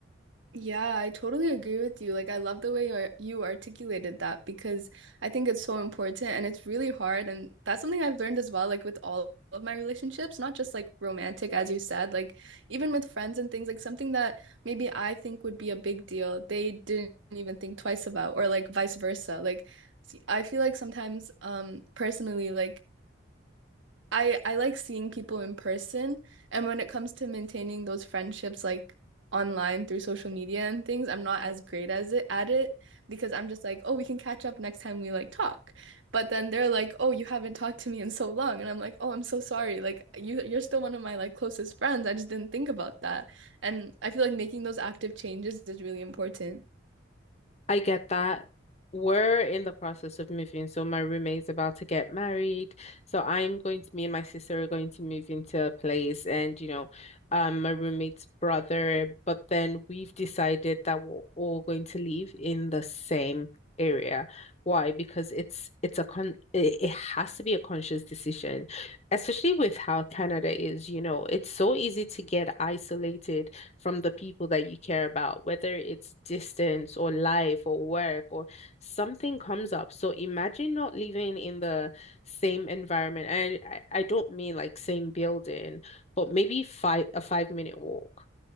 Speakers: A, on the right; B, on the left.
A: Yeah, I totally agree with you. Like, I love the way you ar- you articulated that because I think it's so important and it's really hard. And that's something I've learned as well, like with all of my relationships, not just like romantic, as you said, like even with friends and things, like something that maybe I think would be a big deal, they didn't even think twice about, or like vice versa. Like, s- I feel like sometimes, um, personally, like I I like seeing people in person, and when it comes to maintaining those friendships like online through social media and things, I'm not as great as it at it because I'm just like, "Oh, we can catch up next time we like talk." But then they're like, "Oh, you haven't talked to me in so long." And I'm like, "Oh, I'm so sorry. Like you you're still one of my like closest friends. I just didn't think about that." And I feel like making those active changes is really important.
B: I get that. We're in the process of moving. So my roommate's about to get married. So I'm going to, me and my sister are going to move into a place and, you know, um, my roommate's brother. But then we've decided that we're all going to live in the same area. Why? Because it's it's a con it, it has to be a conscious decision, especially with how Canada is, you know, it's so easy to get isolated from the people that you care about, whether it's distance or life or work or something comes up. So imagine not living in the same environment. And I, I don't mean like same building, but maybe five a five minute walk,